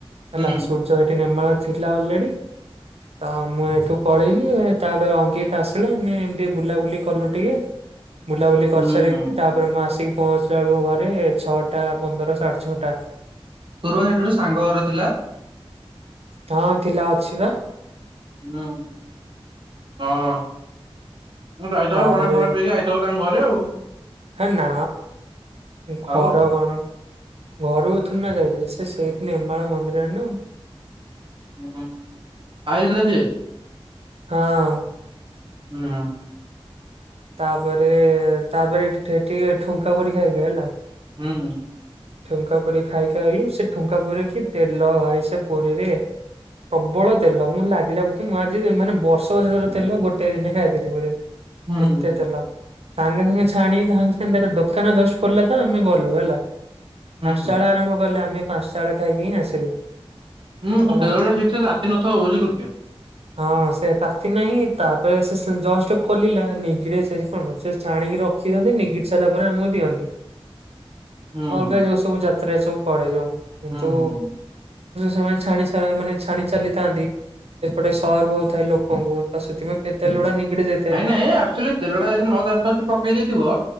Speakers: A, on the right; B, on the right.
A: ହେଲା
B: ହୁଁ
A: ସୁଯ୍ୟ ହେଠି ନିର୍ମଳା ଥିଲା ଅଲରେଡ଼ି। ତ ମୁଁ ଏଠୁ ପଳେଇଲିି ତାପରେ ଅଙ୍କିତ ଆସ ଆମେ ଏମତି ବୁଲାବୁଲି କଲୁ ଟିକେ ବୁଲାବୁଲି କରିସାରିକି
B: ହୁଁ।
A: ତାପରେ ମା ଆସିକି ପହଞ୍ଚିଲା ବେଳକୁ ଘରେ ଛଅଟା ପନ୍ଦର ସାଢେ ଛଅଟା।
B: ତୋର ସେଇଠି ଗୋଟେ ସାଙ୍ଗ ଘର ଥିଲା?
A: ତ ଥିଲା ଅଛି ବା।
B: ହୁଁ ହଁ। ମୁଁ ଯଇଥବ
A: ତାପରେ
B: ପଣା ପଣା ପିଇକି ଆଇଥବ ତାଙ୍କ ଘରେ ଆଉ?
A: ହେ ନା ଘର
B: ଆଉ
A: <inaudible> ଘରୁକୁ ଥୁନା ଯାଇଥିଲି ସେ ସେଇଥିି ନିର୍ମଣ ମନ୍ଦିରରେ ନା।
B: ହ ଆଇଥିଲ ସେ
A: ହଁ।
B: ନା।
A: ତାପରେ ତାପରେ ଟିକେ ଠୁଙ୍କା ପୁରି ଖାଇଲେ ହେଲା।
B: ହୁଁ।
A: ଠୁଙ୍କା ପୁରୀ ଖାଇକୁ ସେ ଠୁଙ୍କା ପୁରୀ କି ତେଲ ହାଏ ସେ ପୁରୀରେ। ପ୍ରବଳ ତେଲ ମୁଁ ଲାଗିଲା ବୋଧେ ମୁଁ ଆଜି ମାନେ ବର୍ଷ ବର ତେଲ ଗୋଟେ ଦିନେ ଖାଇଥିଲି ବୋଧେ।
B: ହୁଁ
A: ଏତେ
B: ହୁଁ
A: ତେଲ, ସାଙ୍ଗେ ସାଙ୍ଗେ ଛାଣି ସାଙ୍ଗେ ସାଙ୍ଗେ ତାର ଦୋକାନ ଜଷ୍ଟ କିଲ ତ ଆମେ ଗଲୁ ହେଲା। ପାଞ୍ଚଟା
B: ହୁଁ।
A: ବେଳ ଆରମ୍ଭ କଲେ ଆମେ ପାଞ୍ଚଟା ବେଳେ ଖାଇକି ହିଁ ଆସିଲୁ।
B: ହୁଁ <unintelligible>
A: ହେଲା।
B: ତାତି ନଥିବ ବୁଝିଲୁକି।
A: ହଁ ସେ ତାତି ନାହିଁ ତାପରେ ସେ ଜଷ୍ଟ ଖୋଲିଲା। ନିଗିଡ ସେ କଣ ସେ ଛାଣିକି ରଖି ଦିଅନ୍ତି ନିଗିଡି ସାରିଲା ପରେ ଆମକୁ ଦିଅନ୍ତି।
B: ହୁଁ
A: ଅଲଗା
B: ହୁଁ
A: ଯୋଉ ସବୁ ଯାତ୍ରା ସବୁ ପଡେ ଯୋଉ କିନ୍ତୁ
B: ହୁଁ ହୁଁ।
A: ସେମାନେ ଛାଣି ମାନେ ଛାଣି ଚାଲିଥାନ୍ତି। ଏପଟେ ସର୍ବ ହୋଉଥାଏ ଲୋକଙ୍କୁ ତ ସେଥିପାଇଁ ସେ ତେଲ ଗୁଡା ନିଗିଡି ଯାଇଥାଏ।
B: ନଁ ଆଚୁଆଲି ତେଲ ଟା ଯଦି ନ ଦ ପକେଇ ଦେଇଥିବ